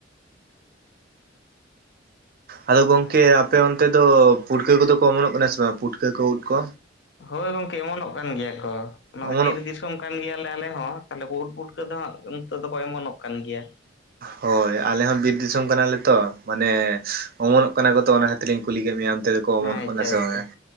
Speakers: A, on the right; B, on the left.
A: ᱟᱫᱚ ᱜᱚᱝᱠᱮ
B: ᱟᱪᱪᱷᱟ
A: ᱟᱯᱮ ᱚᱱᱛᱮ ᱫᱚ ᱯᱩᱴᱠᱟᱹ ᱠᱚᱫᱚ ᱠᱚ ᱚᱢᱚᱱᱚᱜ ᱠᱟᱱᱟ ᱥᱮ ᱵᱟᱝ ᱯᱩᱴᱠᱟᱹ ᱠᱚ ᱩᱫ ᱠᱚ
B: ᱦᱳᱭ ᱜᱚᱝᱠᱮ ᱮᱢᱚᱱᱚᱜ ᱠᱟᱱ ᱜᱮᱭᱟ ᱠᱚ ᱚᱱᱟ
A: ᱚᱢᱚᱱᱚᱜ
B: ᱫᱚ ᱵᱤᱨ ᱵᱤᱨ ᱮᱛᱚᱢ ᱠᱟᱱ ᱜᱮᱭᱟᱞᱮ ᱟᱞᱮ ᱦᱚᱸ, ᱛᱟᱦᱚᱞᱮ ᱩᱫᱽᱯᱩᱴᱠᱟᱹ ᱠᱚ ᱫᱚ ᱦᱟᱸᱜ ᱱᱤᱛᱚᱜ ᱫᱚᱠᱚ ᱮᱢᱚᱱᱚᱜ ᱠᱟᱱ ᱜᱮᱭᱟ ᱾
A: ᱦᱳᱭ, ᱟᱞᱮ ᱦᱚᱸ ᱵᱤᱨ ᱫᱤᱥᱚᱢ ᱠᱟᱱᱟᱞᱮ ᱛᱚ ᱢᱟᱱᱮ ᱚᱢᱚᱱᱚᱜ ᱠᱟᱱᱟ ᱠᱚ ᱛᱚ ᱚᱱᱟ ᱠᱷᱟᱹᱛᱤᱨᱤᱧ ᱠᱩᱞᱤ ᱠᱮᱫ ᱢᱮᱭᱟ ᱾ ᱛᱮ ᱠᱚ ᱚᱢᱚᱱᱚᱜ
B: ᱟᱪᱪᱷᱟ
A: ᱠᱟᱱᱟ ᱥᱮ
B: ᱟᱪᱪᱷᱟ
A: ᱵᱟᱝᱟ ᱾